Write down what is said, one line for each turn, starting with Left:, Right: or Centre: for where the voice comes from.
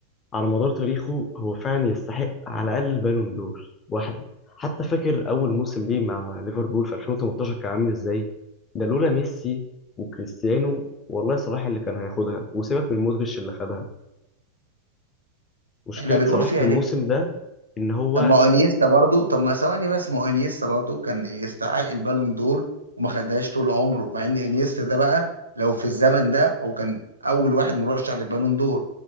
Left: على مدار تاريخه هو فعلا يستحق على الأقل بالون دور واحدة حتى فاكر أول موسم ليه مع ليفربول في 2018 كان عامل إزاي ده لولا ميسي وكريستيانو والله صلاح اللي كان هياخدها وسيبك من مودريتش اللي خدها مشكلة
Right: احنا بنقول
Left: صلاح
Right: فيها
Left: في الموسم
Right: ليه
Left: ده إن هو
Right: طب ما هو انيستا برضو طب ما ثواني بس ما هو انيستا برضو كان يستحق البالون دور وما خدهاش طول عمره مع ان انيستا ده بقى لو في الزمن ده هو كان اول واحد مرشح للبالون دور